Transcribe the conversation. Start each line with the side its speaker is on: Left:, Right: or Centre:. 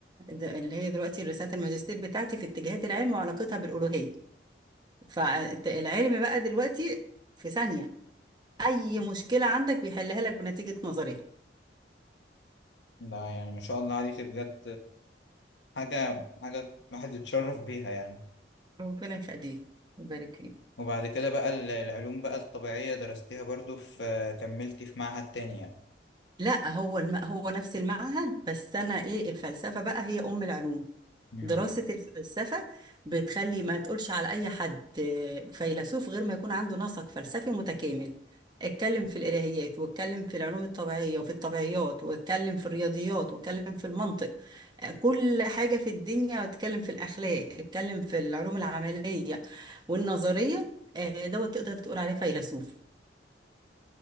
Right: اللي هي دلوقتي رساله الماجستير بتاعتي في اتجاهات العلم وعلاقتها بالالوهيه فالعلم بقى دلوقتي في ثانيه اي مشكله عندك بيحلها لك بنتيجه نظريه
Left: ده يعني ما شاء الله عليك بجد حاجة حاجة الواحد يتشرف بيها يعني
Right: ربنا يخليك ويبارك فيك
Left: وبعد كده بقى ال- العلوم بقى الطبيعية درستيها برضو في كملتي في معهد تاني يعني
Right: لا هو الم... هو نفس المعهد بس انا ايه الفلسفه بقى هي ام العلوم
Left: مم.
Right: دراسة الفلسفة بتخلي ما تقولش على أي حد فيلسوف غير ما يكون عنده نسق فلسفي متكامل اتكلم في الإلهيات واتكلم في العلوم الطبيعية وفي الطبيعيات واتكلم في الرياضيات واتكلم في المنطق كل حاجة في الدنيا اتكلم في الأخلاق اتكلم في العلوم العملية والنظرية آه، دوت تقدر تقول عليه فيلسوف